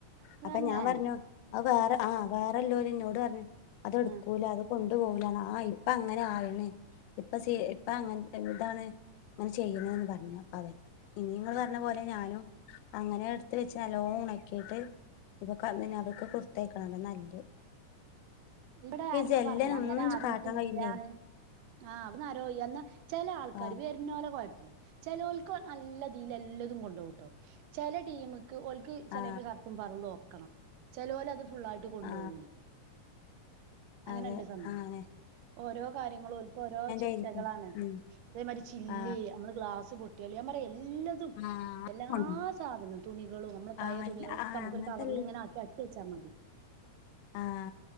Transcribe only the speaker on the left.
അപ്പ ഞാൻ പറഞ്ഞു. അത് വേറെ ആ വേറെല്ലോര് ഇനോട് പറഞ്ഞ് അതെടുക്കൂല
അത്. കൊണ്ടു പോവൂലാന്നാ ആ ഇപ്പ അങ്ങനെ ആയണ് ഇപ്പ സി ഇപ്പ അങ്ങൻ ത്തെ ഇതാണ്. ഇങ്ങനെ ചെയ്യുണുന്ന് പറഞ്ഞു അവൻ ഇനിങ്ങള് പർന പോലെ ഞാനും. അങ്ങനെ എടുത്ത് വെച്ച് ന്നല്ലോം ഒണക്കിയിട്ട് ഇപ്പൊ കം പിനെ അതൊക്കെ കൊട് തയക്കണം അതാണ് ന്നല്ലയ്.
ജെല്ലന്
ഒന്നും
കാട്ടാൻ കഴിയില്ലേ
ആ
ആ
ആ
അതെ
ആഹ് അതേ.
ആയിരിക്കും ഉം
ആ
ആ
കൊണ്ടും
ആ
അല്ല,
ആ
അങ്ങനത്തെ
ആഹ